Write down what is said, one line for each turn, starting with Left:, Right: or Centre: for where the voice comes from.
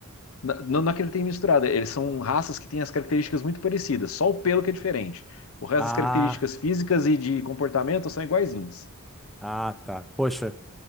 Left: na- não, não é que ele tem misturado, eles são raças que têm as características muito parecidas, só o pelo que é diferente. O resto
Centre: Ah,
Left: das características físicas e de comportamento são iguaizinhas.
Centre: ah, tá. Poxa,